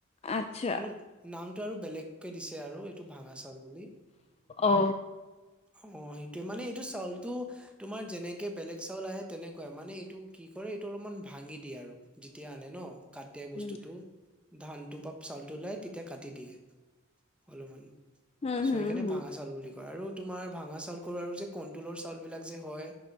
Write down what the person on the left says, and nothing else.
আচ্ছা
অ।
উম
হুম
হুম
হুম